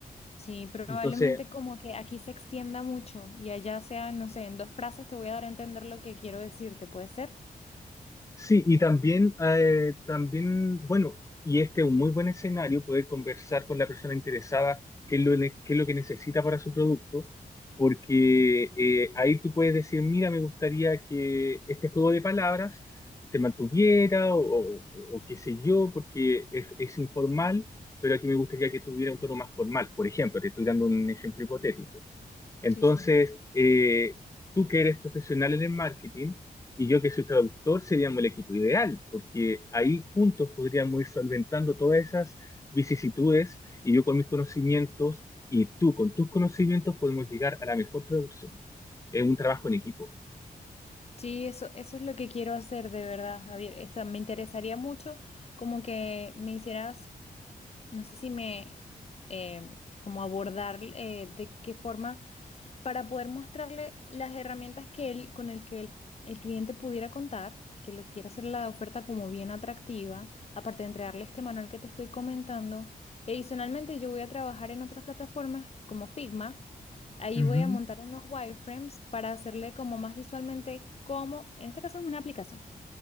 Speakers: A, on the left (about 40°); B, on the left (about 20°).
A: Sí, probablemente
B: Entonces,
A: como que aquí se extienda mucho y allá sea, no sé, en dos frases te voy a dar a entender lo que quiero decirte, ¿puede ser?
B: Sí, y también, eh, también, bueno, y este es un muy buen escenario, poder conversar con la persona interesada qué es lo, ne- qué es lo que necesita para su producto, porque eh, ahí tú puedes decir, mira, me gustaría que este juego de palabras se mantuviera o, o- o qué sé yo, porque es, es informal, pero aquí me gustaría que tuviera un tono más formal. Por ejemplo, te estoy dando un ejemplo hipotético.
A: Mm,
B: Entonces,
A: Sí, sí.
B: eh, tú que eres profesional en el marketing y yo que soy traductor, seríamos el equipo ideal, porque ahí juntos podríamos ir solventando todas esas vicisitudes y yo con mis conocimientos y tú con tus conocimientos podemos llegar a la mejor traducción. Es un trabajo en equipo.
A: Sí, eso, eso es lo que quiero hacer de verdad, Javier. O sea, me interesaría mucho como que me hicieras no sé si me, em, como abordar eh, de qué forma para poder mostrarle las herramientas que él, con el que el, el cliente pudiera contar, porque le quiero hacer la oferta como bien atractiva, aparte de entregarle este manual que te estoy comentando. Y adicionalmente yo voy a trabajar en otras plataformas como Figma. Ahí
B: Ujú.
A: voy a montar unos wireframes para hacerle como más visualmente cómo, en este caso es una aplicación,